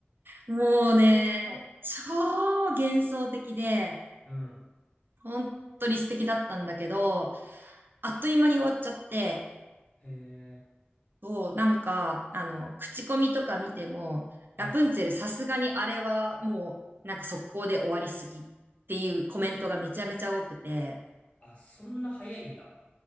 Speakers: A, on the right; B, on the left.
A: もうね、
B: はい
A: 超幻想的で、
B: うん。
A: 本当に素敵だったんだけど、あっという間に終わっちゃって、
B: へえ。
A: そう、なんか、あの、口コミとか見ても、
B: うん。
A: ラプンツェルさすがにあれはもう、なんか速攻で終わりすぎっていうコメントがめちゃめちゃ多くて、
B: あ、そんな早いんだ。